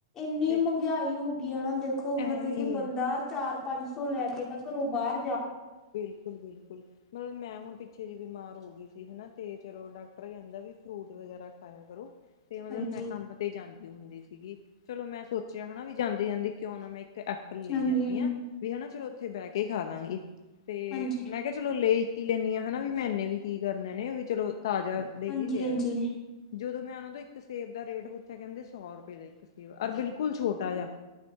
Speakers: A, on the left (about 15°); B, on the left (about 60°).
A: ਏਨੀ
B: ਤੇ
A: ਮ੍ਹੰਗੇਆਈ ਹੋ ਗੀ ਆਨਾ ਦੇਖੋ,
B: ਐਵੇਂ
A: ਮਤਲਬ ਕਿ
B: ਹੀ
A: ਬੰਦਾ
B: ਆ।
A: ਚਾਰ ਪੰਜ ਸੌ ਲੈ ਕੇ ਤਾਂ ਘਰੋਂ ਬਾਰ
B: ਬਿਲਕੁਲ, ਬਿਲਕੁਲ ਮਲਬ ਮੈਂ ਹੋਣ ਪਿੱਛੇ ਜੇ ਬੀਮਾਰ ਹੋਗੀ ਸੀ ਹਨਾ, ਤੇ ਚਲੋ ਡਾਕਟਰ ਕੈਂਦਾ ਵੀ ਫ੍ਰੂਟ ਵਗੈਰਾ ਖਾਏਆ ਕਰੋ ਤੇ ਮਤਲਬ
A: ਹਾਂਜੀ
B: ਮੈਂ ਕਾਮ ਤੇ ਜਾਂਦੀ ਹੁੰਦੀ ਸਿਗੀ, ਚਲੋ ਮੈ ਸੋਚੇਆ ਹਣਾ ਵੀ ਜਾਂਦੀ, ਜਾਂਦੀ ਕੇਓ ਨ ਐਪਲ ਲਈ
A: ਹਾਂਜੀ
B: ਜਾਂਨੀ ਆ ਵੀ, ਹਨਾ ਚਲੋ ਓਥੇ ਬੈ ਕੇ ਖਾ ਲਾਂਗੀ ਤੇ,
A: ਹਾਂਜੀ
B: ਮੈਂ ਕੇਆ ਚਲੋ ਲੇ ਇੱਕ ਈ ਲੇਨੀ ਆ ਹਨਾ ਵੀ ਮੈਂ ਐਨੇ ਵੀ ਕੀ ਕਰਨੇ ਨੇ ਵੀ ਚਲੋ ਤਾਜਾ ਡੇਲੀ
A: ਹਾਂਜੀ
B: ਲੇਆ
A: ਹਾਂਜੀ
B: ਜਦੋਂ ਮੈਂ ਓਨਾਂ ਤੋ ਇੱਕ ਸੇਬ ਦਾ ਰੇਟ ਪੂਛੇਆ ਕੈਂਦੇ ਸੌ ਰਪੇ ਦਾ ਇੱਕ ਸੇਬ ਆ, ਓਰ ਬਿਲਕੁਲ ਛੋਟਾ ਜੇਆ